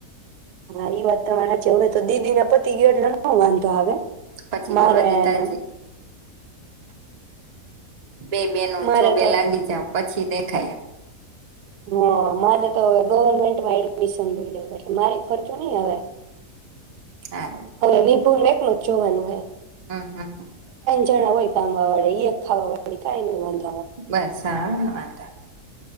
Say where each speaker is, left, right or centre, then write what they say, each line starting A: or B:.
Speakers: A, on the right; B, on the right.
A: હા ઈ વાત તો મારા છેવે તો દીદી ના <unintelligible> પતિ ગયો એટલે ન વાંધો આવે
B: પછી
A: મારેને
B: જો હજી તજી
A: <unintelligible>
B: બે બે ન
A: મારે
B: જો બે
A: તો
B: લાગી જાાવ પછી <unintelligible> દેખાય એ
A: હ મારે તો હવે ગવર્મેન્ટમાં એડમિશન લઈ લેવ એટલે મારી ખર્ચો નહી આવે. <unintelligible>
B: હા
A: હવે વિપુર ને એકલો જ જોવાનો હે.
B: હમ હા હા
A: હોયામવા વાે ખાવાી કઈ ન વાંધે <unintelligible>
B: બસ આ વાંધા <unintelligible>